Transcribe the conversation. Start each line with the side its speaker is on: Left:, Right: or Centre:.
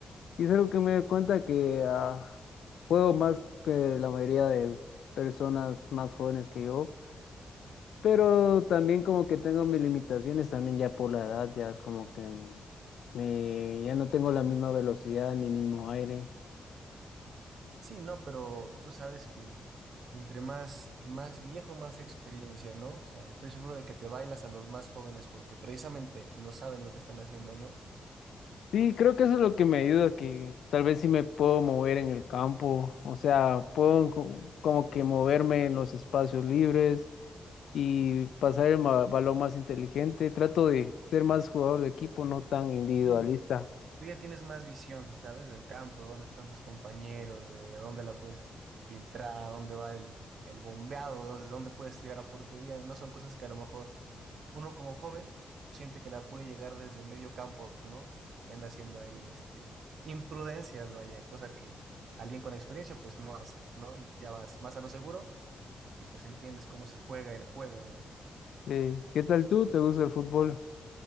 Left: Y es algo que me doy cuenta que ah, juego más que la mayoría de personas más jóvenes que yo. Pero también como que tengo mis limitaciones, también ya por la edad, ya es como que mm, me, ya no tengo la misma velocidad ni mismo aire.
Right: Sí, no, pero tú sabes que entre más, más viejo, más experiencia, ¿no? O sea, estoy seguro de que te bailas a los más jóvenes porque precisamente no saben lo que están haciendo, ¿no?
Left: Sí, creo que eso es lo que me ayuda, que tal vez sí me puedo mover en el campo, o sea, puedo co- como que moverme en los espacios libres y pasar el ma- balón más inteligente. Trato de ser más jugador de equipo, no tan individualista.
Right: Sí. Tú ya tienes más visión, ¿sabes? Del campo, dónde están tus compañeros, de dónde la puedes filtrar, dónde va el, el bombeado, dónde, dónde puedes tirar a portería. No son cosas que a lo mejor uno como joven siente que la puede llegar desde medio campo, ¿no? Y anda haciendo ahí este, imprudencias, vaya, cosa que alguien con experiencia pues no hace, ¿no? Y ya vas más a lo seguro y pues entiendes cómo se juega el juego, ¿no?
Left: Eh, ¿qué tal tú? ¿Te gusta el fútbol?